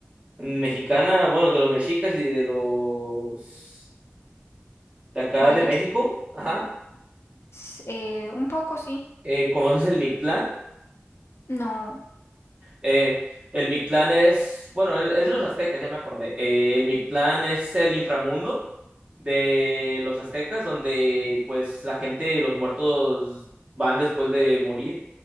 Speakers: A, on the right; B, on the left.
A: mexicana, bueno, de los mexicas y de los de acá
B: Mayas,
A: de México, ajá.
B: s- eh, un poco sí,
A: Eh, ¿conoces el Mictlán?
B: no,
A: Eh, el Mictlán es, bueno, e-, es de los aztecas, ya me acordé. Eh, el Mictlán es el inframundo de los aztecas, donde pues la gente, los muertos van después de morir.